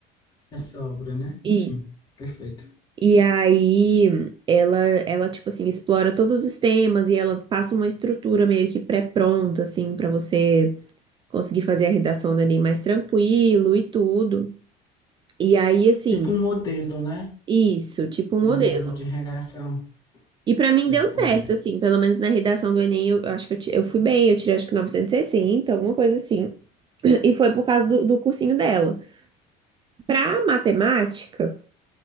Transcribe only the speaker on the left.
essa obra, né?
Sim, perfeito.
Tipo um modelo, né?
Um
modelo de redação.
Sei
como
é.